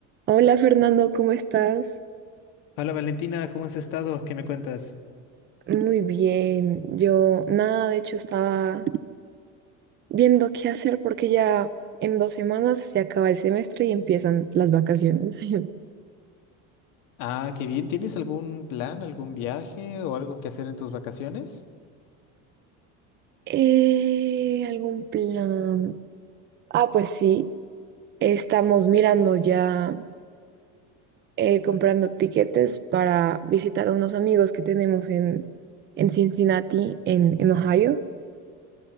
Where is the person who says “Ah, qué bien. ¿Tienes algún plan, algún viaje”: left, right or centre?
Left